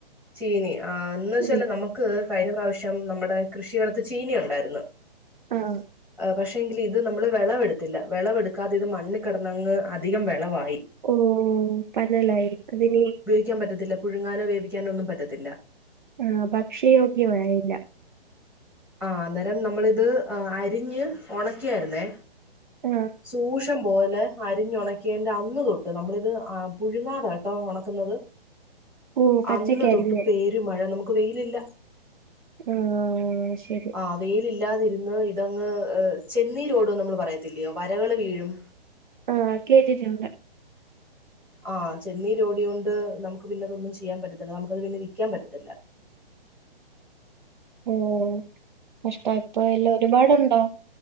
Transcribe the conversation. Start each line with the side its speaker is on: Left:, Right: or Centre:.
Centre: ചീനി ആ ന്ന് വെച്ചാല്
Right: ഉം
Centre: നമ്മക്ക് കഴിഞ്ഞ പ്രാവിശ്യം നമ്മടെ കൃഷിയിടത്ത് ചീനിയൊണ്ടാരുന്നു
Right: ആഹ്
Centre: പക്ഷെങ്കില് ഇത് നമ്മള് വെളവെടുത്തില്ല വെളവെടുക്കാതെ ഇത് മണ്ണ് കിടന്നങ്ങ് അധികം വെളവായി
Right: ഓഹ് പന്നലായി അതിനി
Centre: ക്യം പറ്റത്തില്ല പുഴുങ്ങാനോ വേവിക്കാനോ ഒന്നും പറ്റത്തില്ല
Right: ആ ഭക്ഷിയോഗ്യമായില്ല
Centre: ആ അന്നേരം നമ്മളിത് അ അരിഞ്ഞ് ഒണക്കിയാരുന്നേ
Right: ആഹ്
Centre: സൂക്ഷ് ഷ്ട്ടം പോലെ അരിഞ്ഞുണക്കിയൻ്റെ അന്ന് തൊട്ട് നമ്മളിത് അ പുഴുങ്ങാതെട്ടോ ഒണക്കുന്നത്
Right: ഓഹ് പച്ചക്കരിഞ്ഞ്
Centre: അന്ന് തൊട്ട് പേര്‌ മഴ നമുക്ക് വെയിലില്ല
Right: ആഹ് ശരി
Centre: ആ വെയിലില്ലാതിരുന്ന് ഇതങ്ങ് ചെന്നീരോടും നമ്മള് പറയത്തില്യോ വരകൾ വീഴും
Right: ആ കെട്ടിട്ട്ണ്ട്
Centre: ആ ചെന്നീരോഡിയോണ്ട് നമുക്ക് പിന്നെതൊന്നും ചെയ്യാൻ പറ്റത്തില്ല നമുക്കത് പിന്നെ വിക്കാൻ പറ്റത്തില്ല
Right: ഓ കഷ്ട ഇപ്പ എല്ലാ ഒരുപാടുണ്ടോ